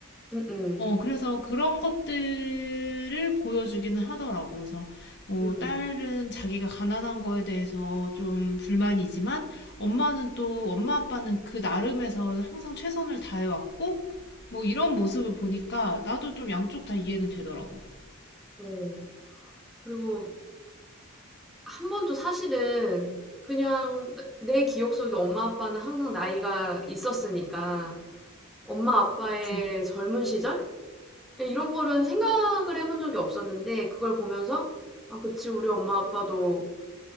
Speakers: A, in the centre; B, on the left (about 50°).
A: 응, 응,
B: 어, 그래서 그런 것들을 보여주기는 하더라고. 그래서 뭐
A: 응,
B: 딸은 자기가 가난한 거에 대해서 좀 불만이지만 엄마는 또 엄마 아빠는 그 나름에서 항상 최선을 다해왔고 뭐 이런 모습을 보니까 나도 좀 양쪽 다 이해는 되더라고.
A: 어. 그리고 한 번도 사실은 그냥 내 기억 속에 엄마 아빠는 항상 나이가 있었으니까 엄마 아빠의
B: 그치.
A: 젊은 시절? 이런 거를 생각을 해본 적이 없었는데 그걸 보면서 '아 그치. 우리 엄마 아빠도